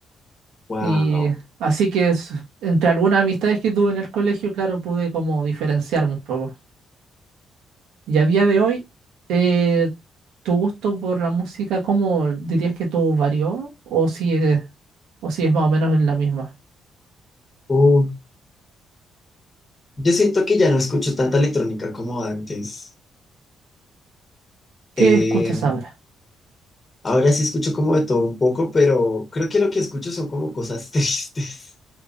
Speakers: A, on the left; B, on the right.
A: Wow.
B: Y así que es- entre algunas amistades que tuve en el colegio, claro, pude como diferenciarme un poco. Y a día de hoy, eh, ¿tu gusto por la música, cómo dirías que tú varió? ¿O si es, o si es más o menos en la misma?
A: Uh, yo siento que ya no escucho tanta electrónica como antes.
B: ¿Qué
A: Eh,
B: escuchas ahora?
A: ahora sí escucho como de todo un poco, pero creo que lo que escucho son como cosas <laughs> tristes.